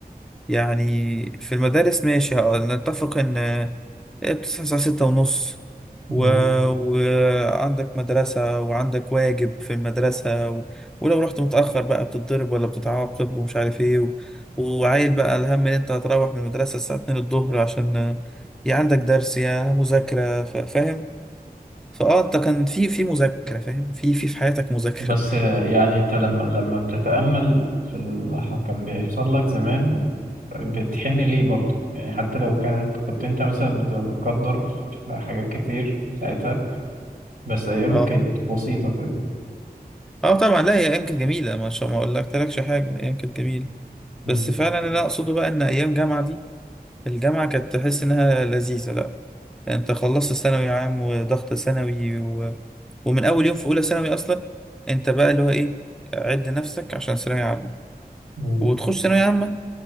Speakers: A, in the centre; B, on the right.
A: يعني في المدارس ماشي اه، نتفق ان آه، بتصحى الساعة ستة ونص
B: مم.
A: و... وعندك مدرسة وعندك واجب في المدرسة و... ولو رحت متأخر بقى بتتضرب ولا بتتعاقب ومش عارف ايه و... وعايل بقى الهم ان انت هتروح من المدرسة الساعة 2 الظهر عشان آه، يا عندك درس يا مذاكرة ف... فاهم فاه انت كان في في مذاكرة فاهم في في في حياتك مذاكرة
B: بس آه، يعني أنت لما لما بتتأمل في اللي كان بيحصل لك زمان بتحن ليه برضه يعني حتى لو كانت كنت أنت مثلا بتبقى متقدر في حاجات كتير ساعتها بس
A: <laughs>
B: أيام
A: اه
B: كانت بسيطة كده
A: اه طبعا لا هي ايام كانت جميلة ما شاء ما اقول لك تلكش حاجة ايام كانت جميلة
B: مم.
A: بس فعلا اللي أنا أقصده بقى إن أيام جامعة دي الجامعة كانت تحس إنها لذيذة لأ أنت خلصت ثانوي عام وضغط ثانوي و... ومن أول يوم في أولى ثانوي أصلا أنت بقى اللي هو إيه عد نفسك عشان ثانوية عامة
B: مم.
A: وتخش ثانوية عامة